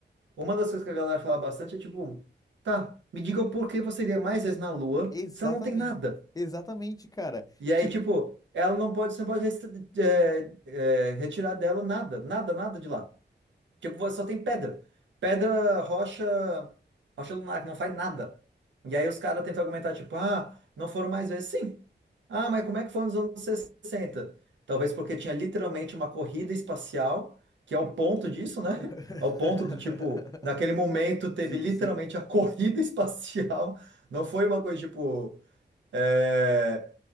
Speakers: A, on the right (about 80°); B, on the left (about 20°).
A: uma das coisas que a galera fala bastante é tipo, tá, me diga o porquê você iria mais vezes na Lua
B: Exatamente.
A: se ela não tem nada.
B: Exatamente, cara.
A: E aí,
B: Tipo.
A: tipo, ela não pode, você não pode restri- é, é, retirar dela nada, nada, nada de lá. Tipo, só tem pedra. Pedra, rocha, rocha lunar, que não faz nada. E aí os caras tentam argumentar, tipo, ah, não foram mais vezes. Sim. Ah, mas como é que foi nos anos sessenta Talvez porque tinha literalmente uma corrida espacial, que é o ponto disso, né?
B: <laughs>
A: <laughs> É o ponto do tipo, naquele momento teve
B: Sim,
A: literalmente
B: sim.
A: a <laughs> corrida espacial. Não foi uma coisa tipo. eh,